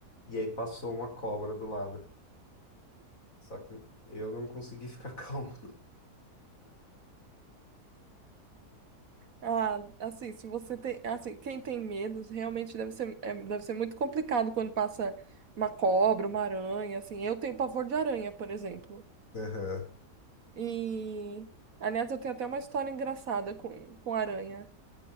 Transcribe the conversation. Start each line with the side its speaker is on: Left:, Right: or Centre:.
Left: e aí passou uma cobra do lado. Só que eu não consegui ficar <laughs> calmo.
Right: Ah, assim, se você tem, assim, quem tem medos, realmente deve ser, é, deve ser muito complicado quando passa uma cobra, uma aranha, assim. Eu tenho pavor de aranha, por exemplo.
Left: Aham.
Right: E, aliás, eu tenho até uma história engraçada com, com aranha.